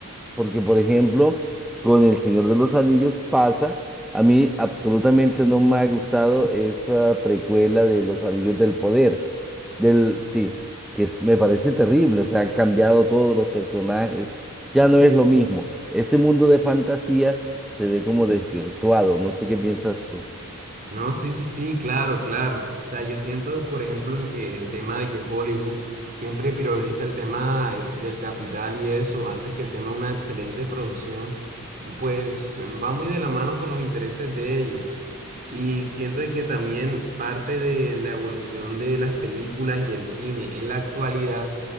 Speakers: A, in the centre; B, on the right (about 40°).
A: porque por ejemplo, con El Señor de los Anillos pasa, a mí absolutamente no me ha gustado esa precuela de Los Anillos del Poder, del, sí, que es- me parece terrible, o sea, han cambiado todos los personajes, ya no es lo mismo, este mundo de fantasía se ve como desvirtuado, no sé qué piensas tú.
B: No, sí, sí, sí, claro, claro. O sea, yo siento, por ejemplo, de que el tema de que Hollywood siempre prioriza el tema eh, del capital y eso, antes que el tema de una excelente producción, pues mm, va muy de la mano con los intereses de ellos. Y siento de que también parte de la evolución de las películas y el cine en la actualidad